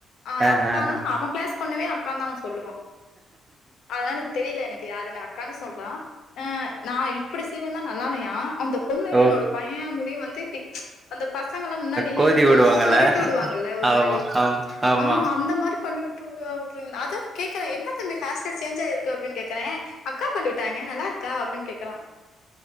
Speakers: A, on the left; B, on the right.
A: அ
B: ஆஹ்
A: அக்கானா
B: ஆஹ்
A: அவே கிளாஸ் பொண்ணவே அக்கான்னு தா அவே சொல்லுவா அதலா எனக் தெரில எனக்கு யாருன்னு அக்கான்னு சொல்றா அ நா இப்டி சீவியிருந்தா நல்லால்லையா அந்த பொண்ணு
B: ஓ
A: என்னோட பையே முடி வந்து பிச் பசங்கல்லா முன்னாடி
B: கோதி
A: அந்த
B: விடுவாங்கல்ல
A: சுருட்டி உடுவாங்கல்ல ஒரு
B: ஆமா
A: மாரி
B: ஆமா ஆமா
A: ஆ அந்த மாரி பண்ணிவுட் ட்ரூவா வுட்ருன் அத கேக்குறே என்னத் தம்பி ஹேர் ஸ்டைல் சேஞ்ச் ஆயிருக்கு அப்டினு கேக்குறே அக்கா பண்ணிவிட்டாங்க நல்லா இருக்கா அப்பின் கேக்குறா